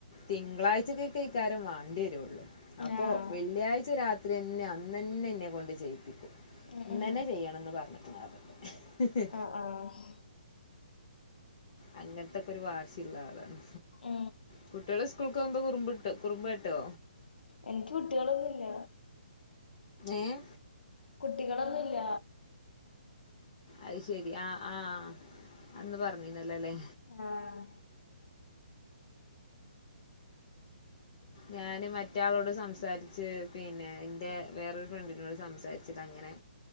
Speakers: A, on the left; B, on the left.
A: തിങ്കളാഴ്ചക്കക്കെയ്ക്കാരം മാണ്ടെരൊള്ളു അപ്പൊ
B: ആഹ്
A: വെള്ളിയാഴ്ച രാത്രെന്നെ അന്നന്നെ ഇന്നെ കൊണ്ട് ചെയ്യിപ്പിക്കും
B: ഉം
A: ഇന്നന്നെ
B: ഉം
A: ചെയ്യണംന്ന് പറഞ്ഞ്ക്ക്ണ് പറഞ്ഞ്ട്ട്
B: ആഹ് ആഹ്
A: അങ്ങൻത്തൊക്കൊരു വാശിള്ള ആളാണ്
B: ഓ
A: കുട്ട്യാള് സ്കൂൾക്കോമ്പം കുറുമ്പ് ട്ടൊ കുറുമ്പട്ടോ
B: എനിയ്ക്ക് കുട്ടികളൊന്നുല്ല
A: ഏഹ്
B: കുട്ടികളൊന്നുല്ല
A: അയ് ശരി ആഹ് ആഹ് അന്ന് പറഞ്ഞിന്നല്ലോല്ലേ
B: ആഹ്
A: ഞാന് മറ്റാളോട് സംസാരിച്ച് പിന്നെ ഇൻ്റെ വേറൊരു ഫ്രണ്ടിനോട് സംസാരിച്ചിട്ട് അങ്ങനെ